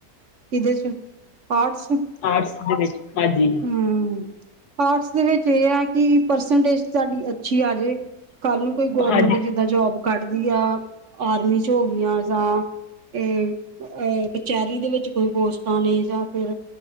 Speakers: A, on the right; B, on the left.
A: ਕਿਹਦੇ 'ਚ, ਆਰਟਸ?
B: ਆਰਟਸ ਦੇ ਵਿੱਚ, ਹਾਂਜੀ।
A: ਹਮ, ਆਰਟਸ ਦੇ ਵਿੱਚ ਇਹ ਆ ਕਿ, ਪਰਸੈਂਟੇਜ ਤੁਹਾਡੀ ਅੱਛੀ ਆ ਜਾੇ ਕੱਲ੍ਹ ਨੂੰ, ਕੋਈ ਗੌਰਮੈਂਟ
B: ਹਾਂਜੀ
A: ਜਿੱਦਾਂ ਜੋਬ ਕੱਢਦੀ ਆ, ਆਰਮੀ 'ਚ ਹੋ ਗਈਆਂ ਜਾਂ 'ਅ 'ਅ ਕਚਹਿਰੀ ਦੇ ਵਿੱਚ ਕੋਈ ਪੋਸਟਾਂ ਨੇ, ਜਾਂ ਫਿਰ